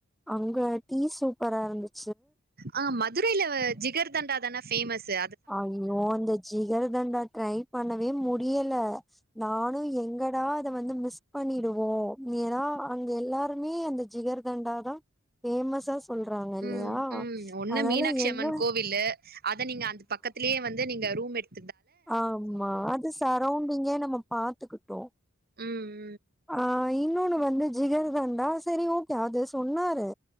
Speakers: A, in the centre; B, on the right.
A: அங்க டீ சூப்பராருந்துச்
B: அ மதுரைையில ஜிகர் தண்டாதான ஃபேமஸ்ஸு
A: ஐயோ அந்த ஜிகருதண்டா ட்ரைப் பண்ணவே முடியல நானு எங்க டா அத வந்து மிஸ் பண்ணிடுவோ ஏனா அங்க எல்லாருமே அந்த ஜிகருதண்டாதா ஃபேமஸா சொல்றாங்கல்லையா
B: ம் ம் ஒண்ணு
A: அதனால
B: மீனாட்சி
A: என்ன
B: அம்மன் கோவிலு அத நீங்க அந்த பக்கத்திலேயே வந்து நீங்க ரூமெடுத்
A: ஆமா அது சரௌண்டிங்கே நம்ம பாத்துக்கிட்டோ
B: ம்
A: அ இன்னொன்னு வந்து ஜிகருதண்டா சரி ஓகே அது சொன்னாரு